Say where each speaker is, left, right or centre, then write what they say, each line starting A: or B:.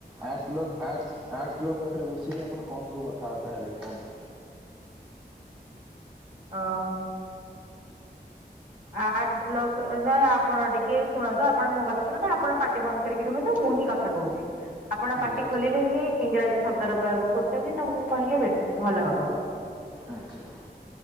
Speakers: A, on the right; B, on the right.
A: ଆର୍ସ୍ ବ୍ଲ ଆର୍ ଆର୍ ବ୍ଲ <unintelligible> ପାଖରେ ବସିକି ଆପଣ କଣ ସବୁ କଥାବାର୍ତ୍ତା ହେଲେ କୁହନ୍ତୁ।
B: ହ। ଆଟ ବ୍ଲ ନା ଆପଣ ଟିକେ ଶୁଣନ୍ତୁ ଆପଣ ମୋ କଥା ଶୁଣନ୍ତୁ ଆପଣ ପାାର୍ଟି ବନ୍ଦ କରିକି ରୁହନ୍ତୁ। ମୁହିଁ କଥା କହୁଛି, ଆପଣ
A: ଆଜ୍ଞା
B: ପାଟି ଖୋଲିଲେ ହିଁ ଇଂରାଜୀ ଶବ୍ଦର ପ୍ରୟୋଗ କରୁଛନ୍ତି ତ ମୁଁ କହିଲି ଭଲ ହବ।
A: ଆଚ୍ଛା।